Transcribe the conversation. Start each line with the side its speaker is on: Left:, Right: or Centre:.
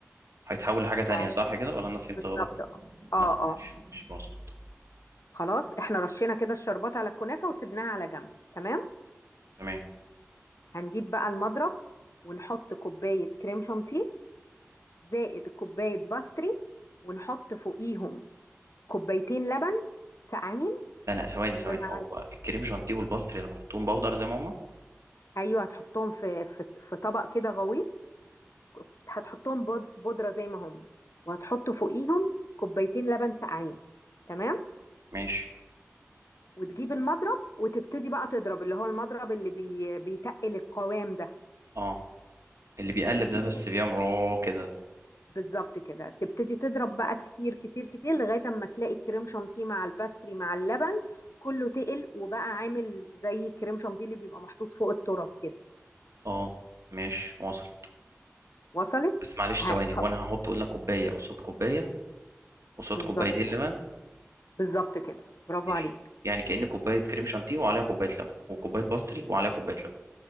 Right: هيتحول لحاجه
Left: ف-
Right: تانية صح كده ولا انا فهمت
Left: بالظبط
Right: غلط
Left: اه
Right: لا ماشي
Left: اه
Right: مش وصلت
Left: خلاص احنا رشينا كده الشربات على الكنافة وسبناها على جنب تمام
Right: تمام
Left: هنجيب بقى المضرب ونحط كوباية كريم شانتيه زائد كوباية باستري ونحط فوقيهم كوبايتين لبن ساقعين
Right: لا لا ثواني
Left: ومع
Right: ثواني هو
Left: ال-
Right: الكريم جانتيه والباستري انا بحطهم بودر زي ما هما
Left: ايوه هتحطهم في في في طبق كده غويط هتحطهم بود- بودره زي ما هم وهتحط فوقيهم كوبايتين لبن ساقعين تمام
Right: ماشي
Left: وتجيب المضرب وتبتدي بقى تضرب اللي هو المضرب اللي بي بيتقل القوام ده
Right: اه اللي بيقلب
Left: تبتدي
Right: ده بس
Left: ت-
Right: بيعمل راه كده
Left: بالظبط كده تبتدي تضرب بقى كتير كتير كتير لغايه اما تلاقي الكريم شانتيه مع الباستري مع اللبن كله تقل وبقى عامل زي الكريم شانتيه اللي بيبقى محطوط فوق التورت كده
Right: اه ماشي وصلت
Left: وصلت
Right: بس معلش
Left: ه-
Right: ثواني
Left: خ-
Right: هو انا هحط قلنا كوبايه قصاد كوبايه قصاد
Left: بالظبط
Right: كوبايتين لبن
Left: بالظبط كده برافو
Right: ماشي
Left: عليك
Right: يعني كأن كوبايه كريم شانتيه وعليها كوبايه لبن وكوبايه باستري وعليها كوبايه لبن